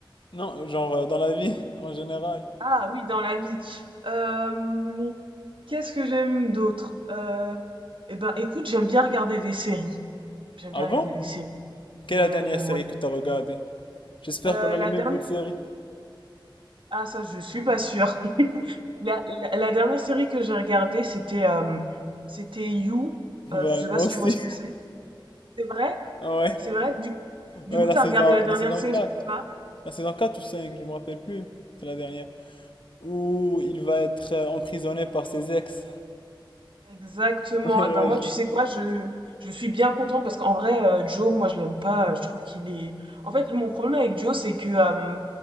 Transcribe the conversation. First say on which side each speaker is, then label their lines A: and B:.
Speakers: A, on the left; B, on the right.
A: Non, genre euh, dans la vie, en général.
B: Ah oui, dans la vie. Euh, qu'est-ce que j'aime d'autre? Euh, eh ben, écoute, j'aime bien regarder des séries. J'aime bien
A: Avant?
B: regarder des séries.
A: Quelle
B: Ouais,
A: est la dernière
B: ouais,
A: série
B: ouais.
A: que tu as regardée? J'espère
B: Euh,
A: qu'on a les
B: la
A: mêmes
B: dernière...
A: goûts de série.
B: Ah, ça, je suis pas sûre. <laughs> La, la- la dernière série que j'ai regardée, c'était euh, c'était You.
A: <laughs> Bah,
B: Euh, je sais
A: moi
B: pas si
A: aussi.
B: tu vois ce que c'est. C'est vrai?
A: <laughs> Ouais,
B: C'est vrai? Du, du
A: ouais,
B: coup,
A: la
B: t'as
A: saison,
B: regardé la dernière
A: la saison
B: saison
A: quatre,
B: ou pas?
A: La saison 4 ou 5, je me rappelle plus. C'était la dernière. Où il va être euh, emprisonné par ses ex.
B: Exactement.
A: <laughs> Ouais,
B: Et ben moi,
A: je
B: tu
A: l'ai-
B: sais quoi, je, je suis bien contente parce qu'en vrai, euh, Joe, moi, je l'aime pas. Je trouve qu'il est. En fait, mon problème avec Joe, c'est que, euh,